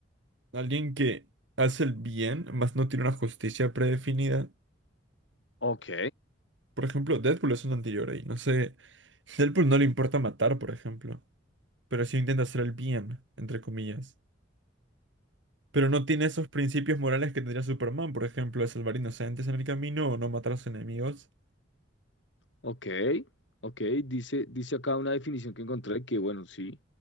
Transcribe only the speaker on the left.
Ok,
Ok, ok, dice, dice acá una definición que encontré que, bueno, sí,